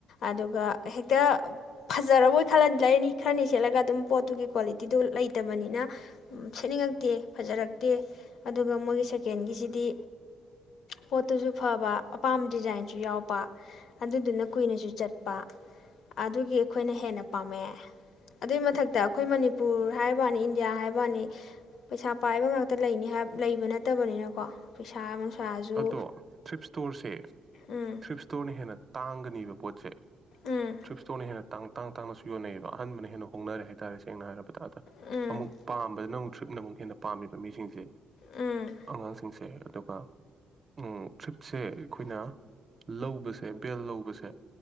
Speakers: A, on the left (about 70°); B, on the right (about 40°).
A: ꯑꯗꯨꯒ ꯍꯦꯛꯇ ꯐꯖꯔꯕꯣꯏ ꯈꯜ ꯂꯩꯔꯅꯤ ꯈꯔꯅꯤ ꯁꯦꯠꯂꯒ ꯑꯗꯨꯝ ꯄꯣꯠꯇꯨꯒꯤ ꯀ꯭ꯋꯥꯂꯤꯇꯤꯗꯨ ꯂꯩꯇꯕꯅꯤꯅ ꯁꯦꯠꯅꯤꯡꯉꯛꯇꯦ ꯐꯖꯔꯛꯇꯦ ꯑꯗꯨꯒ ꯃꯣꯏꯒꯤ ꯁꯦꯀꯦꯟꯒꯤꯁꯤꯗꯤ ꯄꯣꯠꯇꯨꯁꯨ ꯐꯕ ꯑꯄꯥꯝꯕ ꯗꯤꯖꯥꯏꯟꯁꯨ ꯌꯥꯎꯕ ꯑꯗꯨꯗꯨꯅ ꯀꯨꯏꯅꯁꯨ ꯆꯠꯄ ꯑꯗꯨꯒꯤ ꯑꯩꯈꯣꯏꯅ ꯍꯦꯟꯅ ꯄꯥꯝꯃꯦ ꯑꯗꯨꯏ ꯃꯊꯛꯇ ꯑꯩꯈꯣꯏ ꯃꯅꯤꯄꯨꯔ ꯍꯥꯏꯕꯋꯥꯅꯤ ꯏꯟꯗꯤꯌꯥ ꯍꯥꯏꯕꯋꯥꯅꯤ ꯄꯩꯁꯥ ꯄꯥꯏꯕ ꯉꯥꯛꯇ ꯂꯩꯅꯤ ꯍꯥꯏ ꯂꯩꯕ ꯅꯠꯇꯕꯅꯤꯅꯀꯣ ꯄꯩꯁꯥ ꯅꯨꯡꯁꯥꯁꯨ
B: ꯑꯗꯣ ꯊꯔꯤꯞ ꯏꯁꯇꯣꯔꯁꯦ
A: ꯎꯝ
B: ꯊꯔꯤꯞ ꯏꯁꯇꯣꯔꯅ ꯍꯦꯟꯅ ꯇꯥꯡꯒꯅꯤꯕ ꯄꯣꯠꯁꯦ
A: ꯎꯝ
B: ꯊꯔꯤꯞ ꯏꯁꯇ‌ꯣꯔꯅ ꯍꯦꯟꯅ ꯇꯥꯡ ꯇꯥꯡ ꯇꯥꯡꯅꯁꯨ ꯌꯣꯟꯅꯩꯕ ꯑꯍꯟꯕꯅ ꯍꯦꯟꯅ ꯍꯣꯡꯅꯔꯦ ꯍꯥꯏꯇꯥꯔꯦ ꯁ‌ꯦꯡꯅ ꯍꯥꯏꯔꯕꯗ
A: ꯎꯝ
B: <unintelligible> ꯑꯃꯨꯛ ꯄꯥꯝꯕꯗꯅ ꯊꯔꯤꯞꯅ ꯑꯃꯨꯛ ꯍꯦꯟꯅ ꯄꯥꯝꯃꯤꯕ ꯃꯤꯁꯤꯡꯁꯦ
A: ꯎꯝ
B: ꯑꯉꯥꯡꯁꯤꯡꯁꯦ ꯑꯗꯨꯒ ꯎꯝ ꯇ꯭ꯔꯤꯞꯁꯦ ꯑꯩꯈꯣꯏꯅ ꯂꯧꯕꯁꯦ ꯕꯦꯜ ꯂꯧꯕꯁꯦ